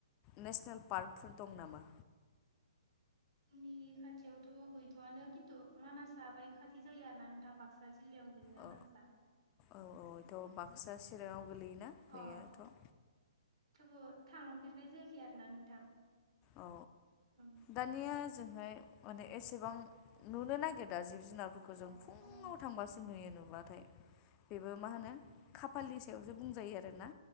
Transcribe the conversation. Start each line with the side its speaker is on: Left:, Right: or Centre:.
Left: नेसनेल पार्कफोर दं नामा?
Right: जोंनि खाथियावथ' गैथ'आनो। खिन्थु मानासा बाय खाथि जायो आरो ना नोंथां बाक्सा। जिल्लायाव गोलैयो ना
Left: औ
Right: मानासा।
Left: औ औथ' बाक्सा चिराङाव गोलैयोना
Right: अ
Left: बेयोथ'?
Right: थेवबो थांफेरनाय जायाखै आरोना नोंथां।
Left: औ
Right: उम
Left: दानिया जों ओमफ्राय माने एसेबां नुनो नागिरदों जिब जुनार जों
Right: अ
Left: फुङाव
Right: अ नोंथां
Left: थांबासो नुयो नुबाथाय बेबो मा होनो खाफालनि सायावसो बुंजायो आरोना।